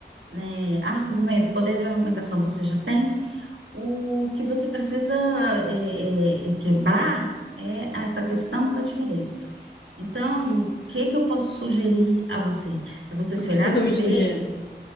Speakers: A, on the right; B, on the left.
A: né, argumento, poder de argumentação você já tem. O que você precisa é, é, é quebrar é essa questão da timidez. Então, o que que eu posso sugerir a você? É você se
B: O que
A: olhar
B: que
A: no
B: tu
A: espelho,
B: me sugere?